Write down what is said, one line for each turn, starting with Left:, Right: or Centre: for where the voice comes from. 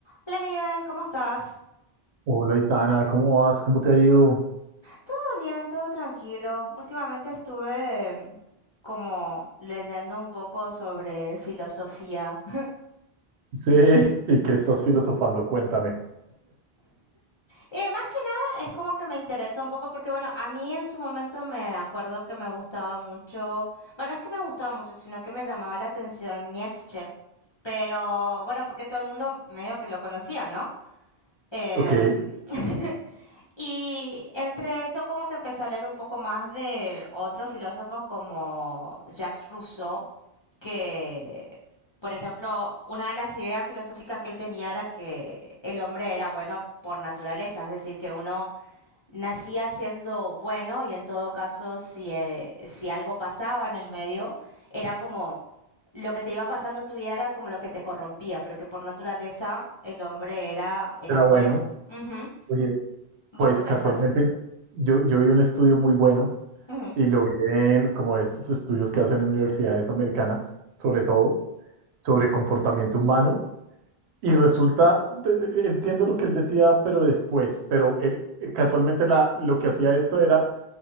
Left: Hola Miguel, ¿cómo estás?
Right: Hola, Itana, ¿cómo vas? ¿Cómo te ha ido? <laughs>
Left: Todo bien, todo tranquilo. Últimamente estuve eh, como leyendo un poco sobre filosofía. <laughs>
Right: Sí, ¿y qué estás filosofando? Cuéntame.
Left: Y más que nada es como que me interesa un poco porque bueno, a mí en su momento me acuerdo que me gustaba mucho, bueno, es que me gustaba mucho, sino que me llamaba la atención Nietzsche. Pero bueno, porque todo el mundo medio que lo conocía, ¿no? Eh,
Right: Ok,
Left: <laughs> Y entre eso como que empecé a leer un poco más de otros filósofos como Jacques Rousseau, que, por ejemplo, una de las ideas filosóficas que él tenía era que el hombre era bueno por naturaleza, es decir, que uno nacía siendo bueno y en todo caso si, eh, si algo pasaba en el medio, era como lo que te iba pasando en tu vida era como lo que te corrompía, pero que por naturaleza el hombre era, era
Right: era
Left: bueno.
Right: bueno.
Left: Ujú.
Right: Oye, pues
Left: ¿Vos qué
Right: casualmente
Left: pensás?
Right: yo, yo vi un estudio muy bueno
Left: Ujú,
Right: y lo vi en como estos estudios que hacen universidades americanas, sobre todo, sobre comportamiento humano. Y resulta, de- de- entiendo lo que él decía, pero después, pero él, eh, casualmente la, lo que hacía esto era,